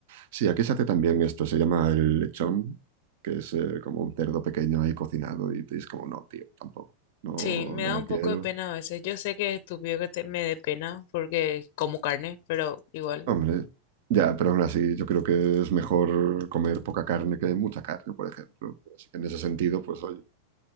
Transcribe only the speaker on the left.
Sí, me
da
un
poco de pena a veces. Yo sé que es estúpido que te, me dé pena porque como carne, pero igual.